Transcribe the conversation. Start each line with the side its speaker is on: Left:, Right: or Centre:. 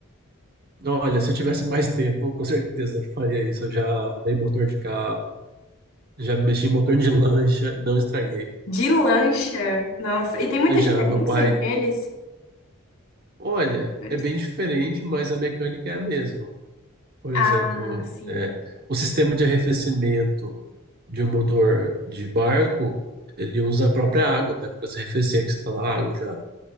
Right: Olha, se eu tivesse mais tempo, com certeza eu faria isso. Eu já arrumei motor de carro, Já mexi em motor de <laughs> lancha e não estraguei.
Left: De lancha, nossa. E tem muita
Right: Já
Left: diferença
Right: meu pai,
Left: entre eles?
Right: olha,
Left: Motores.
Right: é bem diferente, mas a mecânica é a mesma. Por
Left: Ah,
Right: exemplo,
Left: sim.
Right: é, o sistema de arrefecimento de um motor de barco, ele usa a própria água, né, para se arrefecer, que você está na água já.